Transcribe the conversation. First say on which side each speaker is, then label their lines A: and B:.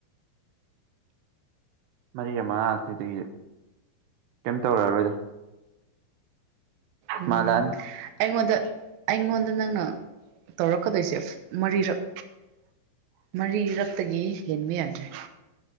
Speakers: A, on the right; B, on the right.
A: ꯃꯔꯤ ꯃꯉꯥꯊꯣꯏꯗꯒꯤꯗꯤ ꯀꯩꯝ ꯇꯧꯔꯛꯑꯔꯣꯏꯗ
B: ꯎꯝ
A: ꯃꯥꯜꯂꯛꯑꯅꯤ
B: ꯑꯩꯉꯣꯟꯗ ꯑꯩꯉꯣꯟꯗ ꯅꯪꯅ ꯇꯧꯔꯛꯀꯗꯣꯏꯁꯦ ꯃꯔꯤꯔꯛ ꯃꯔꯤꯔꯛꯇꯒꯤ ꯍꯦꯟꯃꯤ ꯌꯥꯗ꯭ꯔꯦ